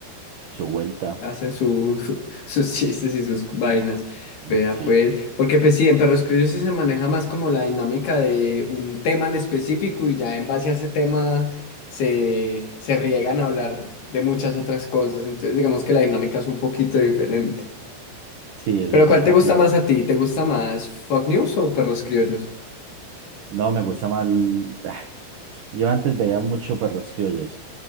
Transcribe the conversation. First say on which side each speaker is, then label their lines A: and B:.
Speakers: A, on the right (about 75°); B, on the left (about 50°).
A: su vuelta.
B: hacen su- <laughs> su- sus chistes y sus vainas,
A: Mm,
B: vea
A: Sí,
B: pues, porque pues sí, en Perros Criollos sí se maneja más como la dinámica de un tema en específico y ya en base a ese tema se, se riegan a hablar de muchas otras cosas, entonces digamos que la dinámica es un poquito diferente.
A: sí, eso
B: Pero
A: es
B: ¿cuál
A: verdad,
B: te gusta
A: claro.
B: más a ti? ¿Te gusta más Fox News o Perros Criollos?
A: No, me gusta mal. <sighs> Yo antes veía mucho perros criollos,